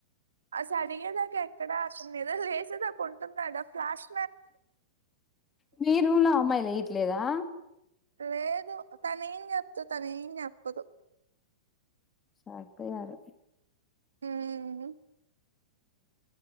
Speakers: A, on the right; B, on the left.
A: అస అడిగేదాకా ఎక్కడ అతని మీద లేసేదా కొంటున్నాడా ఫ్లాష్ మ్యాన్
B: మీ రూంలో అమ్మాయిలు వేయట్లేదా
A: లేదు తను ఏం <unintelligible> తను ఏం చెప్పదు
B: సరిపోయారు
A: హు